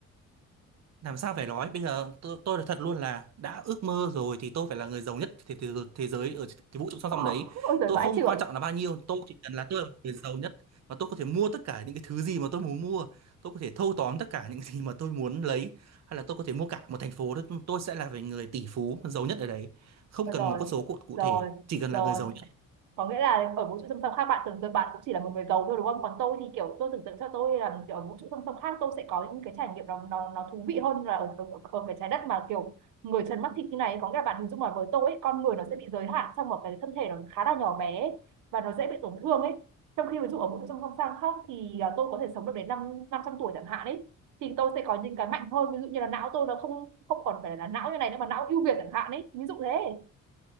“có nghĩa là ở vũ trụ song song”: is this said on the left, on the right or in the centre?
Right